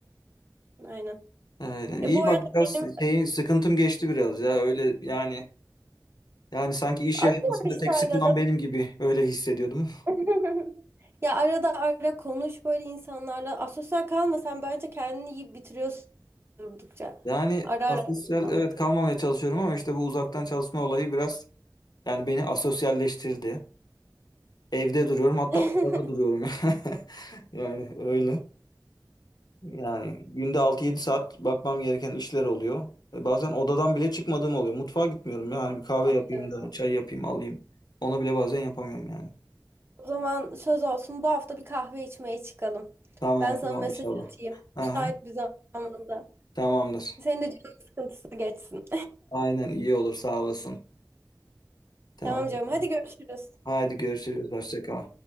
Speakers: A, on the right (about 35°); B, on the left (about 65°).
A: Aynen.
B: Öyle. Hani
A: Ya
B: İyi
A: bu arada
B: bak biraz
A: benim
B: şeyin sıkıntım geçti biraz ya öyle yani yani sanki iş
A: arıyor
B: yaşamasında
A: işte
B: tek sıkılan
A: arada.
B: benim gibi öyle hissediyordum.
A: <laughs> Ya arada ara konuş böyle insanlarla. Asosyal kalmasan bence kendini yiyip bitiriyorsun durdukça.
B: Yani
A: Ara
B: asosyal
A: ara insanlar.
B: evet kalmamaya çalışıyorum ama işte bu uzaktan çalışma olayı biraz yani beni asosyalleştirdi. Evde duruyorum hatta
A: <laughs>
B: odada duruyorum. <laughs> Yani öyle. Yani günde altı yedi saat bakmam gereken işler oluyor. E, Bazen odadan bile çıkmadığım oluyor. Mutfağa gitmiyorum yani bir kahve
A: Ah,
B: yapayım
A: evet.
B: da çay yapayım alayım. Onu bile bazen yapamıyorum yani.
A: O zaman söz olsun bu hafta bir kahve içmeye çıkalım.
B: Tamam
A: Ben sana
B: tamam
A: mesaj
B: inşallah.
A: atayım.
B: Aha,
A: Müsait bir zamanda.
B: tamamdır.
A: Senin de canın sıkıntısı geçsin.
B: Aynen iyi olur sağ olasın.
A: <laughs>
B: Tamam.
A: Tamam canım hadi görüşürüz.
B: Haydi görüşürüz. Hoşça kal.